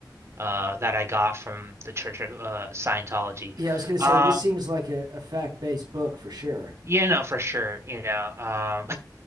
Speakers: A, on the right (about 40°); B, on the right (about 70°).
A: uh that I got from the Church of uh Scientology
B: Yeah, I was going to
A: um
B: say this seems like a, a fact-based book for sure.
A: yeah no for sure you know um